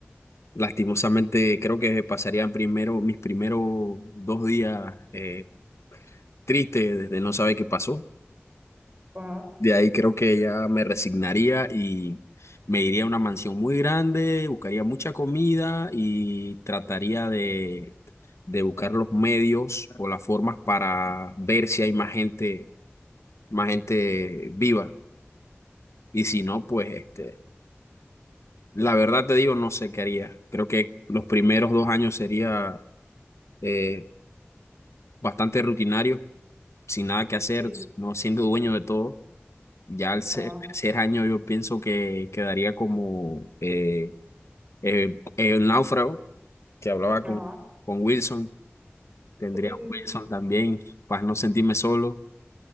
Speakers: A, on the left; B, on the right.
A: lastimosamente creo que pasarían primero mis primeros dos días eh, tristes desde no saber qué pasó.
B: ajá,
A: De ahí creo que ya me resignaría y me iría a una mansión muy grande, buscaría mucha comida y trataría de, de buscar los medios o las formas para ver si hay más gente, más gente viva. Y si no, pues este, la verdad te digo, no sé qué haría. Creo que los primeros dos años sería eh, bastante rutinario, sin nada que hacer,
B: sí,
A: no siendo dueño de todo. Ya al se-
B: ajá,
A: tercer año yo pienso que quedaría como eh, eh, el náufrago que hablaba con,
B: ajá,
A: con Wilson. Tendría
B: sí, sí,
A: a
B: sí,
A: Wilson también para no sentirme solo.